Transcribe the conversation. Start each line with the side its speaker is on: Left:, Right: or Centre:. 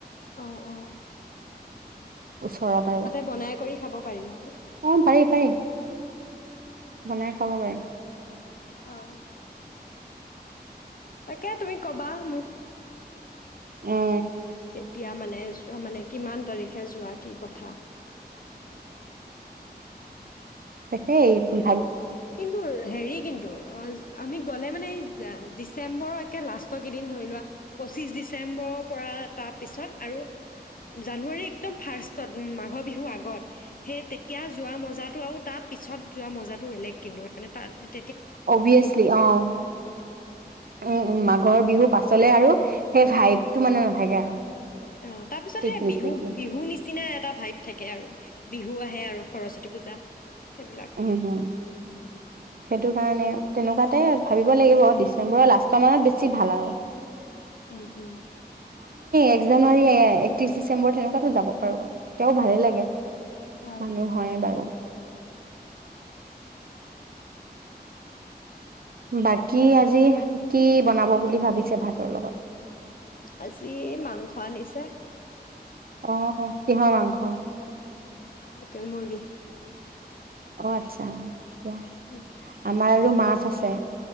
Left: অঁ অঁ
Right: ওচৰত আৰু
Left: তাতে বনাই কৰি খাব পাৰি আৰু
Right: অ পাৰি পাৰি বনাই খাব পাৰিম।
Left: অহ তাকে তুমি কবা মোক
Right: উম
Left: এতিয়া মানে, মানে কিমান তাৰিখে যোৱা কি কথা? <inaudible>
Right: হেই এইবোৰ
Left: কিন্তু ৰো ৰ হেৰি কিন্ত ও জ জ আমি গলে মানে এই যা আ ডিচেম্বৰ একে লাস্ত গিদিন ধই লোৱা, পঁচিছ ডিচেম্বৰ পৰা তা পিছত আৰু জানুৱাৰী একদম ফাৰ্ষ্টত মাঘ বিহু আগত, হেই তেতিয়া যোৱা মজাটো আও তা পিছত যোৱা মজাটো এলেগ। কিন্ত মানে তাৰ এ
Right: অবিয়াছলি আ আ ও, ও ও, মাঘৰ বিহু পাছলে আৰু সে ভাইব টো মানে ন থাকে আৰু
Left: অঁ তাৰ পিছত
Right: পিকনিক
Left: হে বিহু-বিহু
Right: পিকনিক
Left: নিচিনা এটা ভাইব থাকে আৰু--বিহু আহে আৰু সৰস্বতী পূজা সেইবিলাক
Right: ও হু, সেটোকাৰণে আৰু তেনেকুৱাতেএ ভাবিব লাগিব অ, ডিচেম্বঅ লাস্ত মানত বেছি ভাল আ ও
Left: ও ও ও।
Right: ইক জানুৱাৰী, এ এ এ একত্ৰিশ ডিচেম্বৰ, তেনেকুৱাতো যাব পাৰো। তিতাও ভালেই লাগে।
Left: অঁ আহ
Right: মানুহ হয়েই বাৰু বাকী আজি, কি বনাব বুলি ভাবিছে ভাতৰ লগত?
Left: আজি মাংস আনিছে
Right: অঁ অঁ কিহৰ মাংস
Left: লোকেল মুৰ্গী।
Right: অ' আতচা অ' দিয়া
Left: উম।
Right: আমাৰ আৰু মাছ আছে ছে